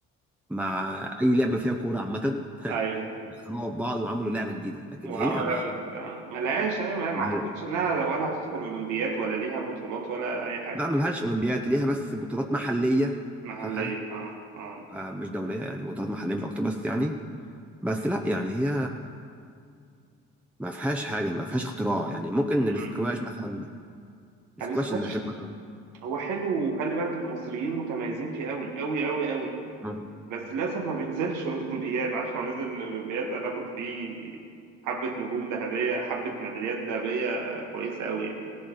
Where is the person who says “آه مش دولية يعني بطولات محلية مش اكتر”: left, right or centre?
Centre